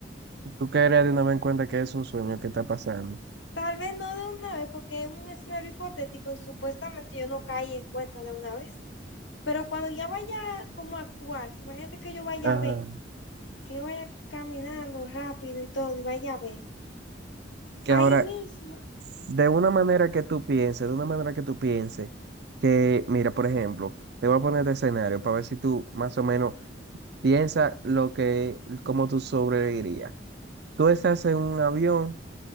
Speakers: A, on the right (about 60°); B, on the left (about 85°).
A: Tú caerías de una vez en cuenta que es un sueño que está pasando.
B: Tal vez no de una vez, porque es un escenario hipotético y supuestamente yo no caí en cuenta de una vez. Pero cuando ya vaya como a actuar, imagínate que yo vaya
A: Ajá.
B: a ver, que yo vaya caminando rápido y todo, y vaya a ver.
A: Que
B: Ahí
A: ahora,
B: mismo.
A: de una manera que tú pienses, de una manera que tú pienses, que, mira, por ejemplo, te voy a poner de escenario para ver si tú más o menos piensas lo que, cómo tú sobrevivirías. Tú estás en un avión